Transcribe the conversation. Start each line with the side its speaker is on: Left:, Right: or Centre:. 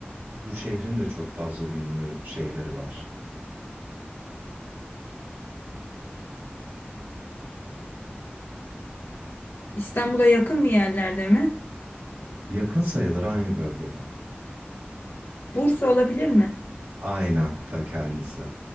Right: Bu şehrin de çok fazla ünlü şeyleri var.
Left: İstanbul'a yakın bir yerlerde mi?
Right: Yakın sayılır aynı bölgede.
Left: Bursa olabilir mi?
Right: Aynen ta kendisi.